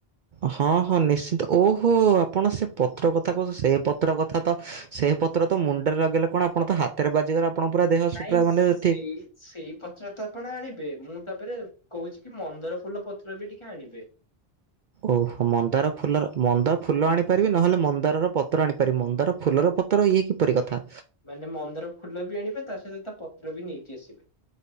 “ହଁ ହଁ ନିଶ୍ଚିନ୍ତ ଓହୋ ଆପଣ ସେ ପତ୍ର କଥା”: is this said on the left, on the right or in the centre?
Right